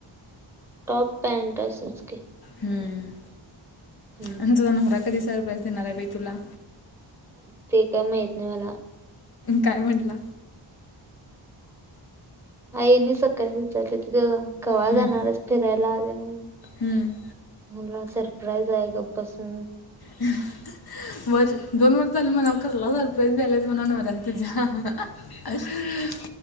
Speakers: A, in the centre; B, on the left.
A: टॉप, पॅन्ट असच की.
B: हम्म,
A: हं.
B: आणि तुझा नवरा कधी सरप्राइज देणार आहे बाई तुला?
A: ते काय माहीत नाही मला.
B: काय म्हंटला?
A: आईंनी सकाळी विचारलं तर कवा
B: हम्म,
A: जाणार हाईस? फिरायला आले नाहीत.
B: हम्म.
A: मला सरप्राईज आहे गप बसून
B: हं हं हं वर दोन वर्ष झालं म्हणाव कसला सरप्राईज द्यायलियास. म्हणावं नवर्याला तुझ्या हं हं हं.